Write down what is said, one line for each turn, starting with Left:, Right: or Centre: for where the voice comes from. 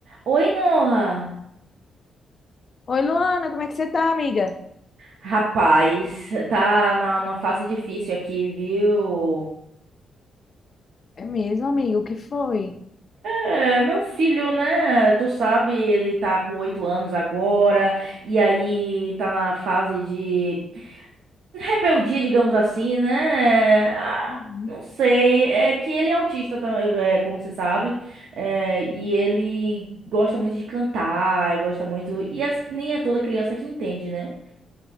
Right: Oi, Noha.
Left: Oi, Luana, como é que você tá, amiga?
Right: Rapaz, tá na, numa fase difícil aqui, viu?
Left: É mesmo, amiga, o que foi?
Right: É, meu filho, né? Tu sabe, ele tá com oito anos agora, e aí tá na fase de rebeldia, digamos assim, né? Ah,
Left: Uhum.
Right: não sei, é que ele é autista também, é, como você sabe, é, e ele gosta muito de cantar, gosta muito. E as- nem é toda criança que entende, né?